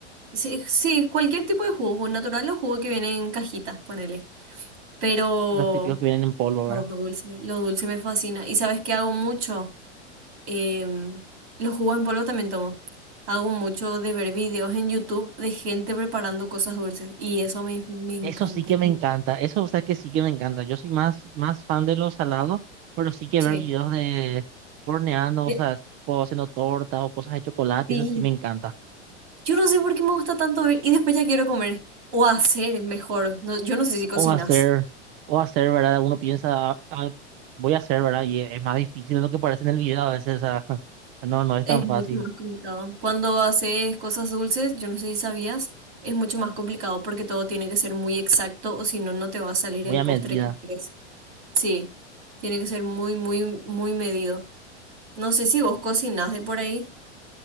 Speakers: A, on the right; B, on the right.
A: Sí, sí, cualquier tipo de jugo, jugo natural o jugo que viene en cajitas, ponele. Pero
B: Los típicos que vienen en polvo,
A: lo
B: ¿verdad?
A: dulce, lo dulce me fascina. ¿Y sabes qué hago mucho? Em, los jugos en polvo también tomo. Hago mucho de ver videos en YouTube de gente preparando cosas dulces y eso me, me encanta.
B: Eso sí que me
A: Yo-
B: encanta, eso o sea que sí que me encanta. Yo soy más, más fan de los salados, pero sí que
A: Sí.
B: ver videos de horneando,
A: Eh,
B: o sea, tipo haciendo tortas o cosas de chocolate,
A: Sí.
B: eso sí me encanta.
A: Yo no sé por qué me gusta tanto ver y después ya quiero comer o hacer mejor. No, yo no sé si cocinas.
B: O hacer, o hacer, ¿verdad? Uno piensa, "Ah, ah, voy a hacer, ¿verdad? Y es más difícil de lo que parece en el video a veces, o sea, <laughs> no, no es
A: Es
B: tan
A: mucho
B: fácil,
A: más complicado. Cuando haces cosas dulces, yo no sé si sabías, es mucho más complicado porque todo tiene que ser muy exacto o si no, no te va a salir
B: muy
A: el
B: a
A: postre
B: medida.
A: que quieres. Sí, tiene que ser muy, muy, muy medido. No sé si vos cocinás de por ahí.